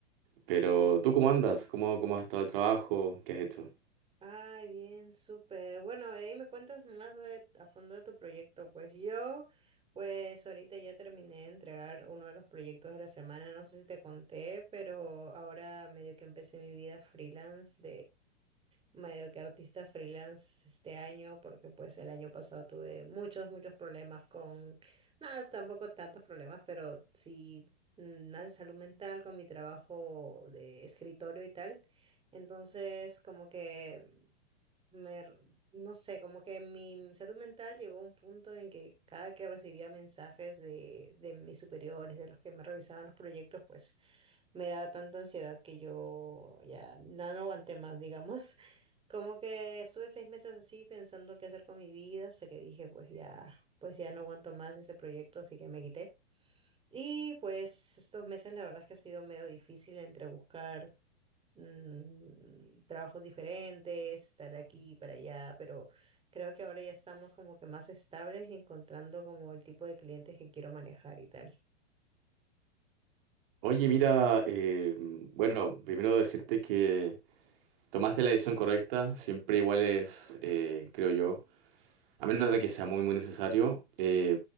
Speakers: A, on the right (about 55°); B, on the right (about 15°).
A: Pero tú, ¿cómo andas? ¿Cómo, cómo has estado el trabajo? ¿Qué has hecho?
B: Ay, bien, súper. Bueno, ahí me cuentas más de, a fondo de tu proyecto. Pues yo, pues ahorita ya terminé de entregar uno de los proyectos de la semana. No sé si te conté, pero ahora medio que empecé mi vida freelance medio que artista freelance este año, porque pues el año pasado tuve muchos, muchos problemas con, nada, tampoco tantos problemas, pero sí mm, más de salud mental con mi trabajo de escritorio y tal. Entonces, como que me, r- no sé, como que mi salud mental llegó a un punto en que cada que recibía mensajes de, de mis superiores, de los que me revisaban los proyectos, pues me da tanta ansiedad que yo ya na- no aguanté más, digamos. <laughs> Como que estuve seis meses así pensando qué hacer con mi vida, hasta que dije, pues ya, pues ya no aguanto más ese proyecto, así que me quité. Y pues estos meses la verdad es que ha sido medio difícil entre buscar mm, trabajos diferentes, estar de aquí y para allá, pero creo que ahora ya estamos como que más estables y encontrando como el tipo de clientes que quiero manejar y tal.
A: Oye, mira, eh, bueno, primero decirte que tomaste la decisión correcta, siempre igual es, eh, creo yo, a menos de que sea muy, muy necesario, eh,